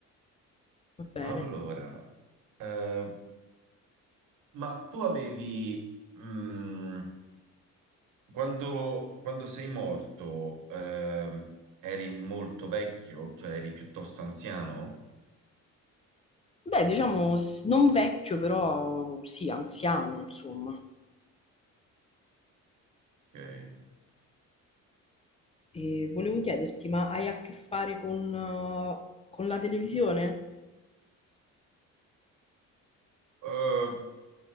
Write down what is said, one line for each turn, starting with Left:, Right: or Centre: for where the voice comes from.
Left: Va bene.
Right: Allora, eh, ma tu avevi, mm, quando, quando sei morto, ehm, eri molto vecchio, cioè eri piuttosto anziano?
Left: Beh, diciamo s- non vecchio, però sì, anziano, insomma.
Right: Ok.
Left: E volevo chiederti, ma hai a che fare con, eh, con la televisione?
Right: Eh,